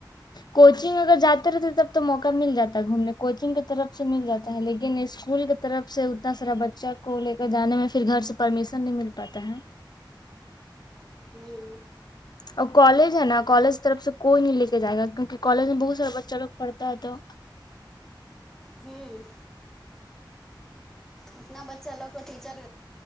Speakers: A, on the left (about 55°); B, in the centre.
A: کوچنگ اگر جاتے رہتے تب تو موقع مل جاتا ہے گھومنے کوچنگ کی طرف سے مل جاتا ہے لیکن اسکول کے طرف سے اتنا سارا بچہ کو لے کر جانے میں پھر گھر سے پرمیشن نہیں مل پاتا ہے
B: ہوں
A: اور کالج ہے نا کالج کی طرف سے کوئی نہیں لے کے جائے گا کیونکہ کالج میں بہت سارا بچہ لوگ پڑھتا ہے تو
B: جی اتنا بچہ لوگ کو ٹیچر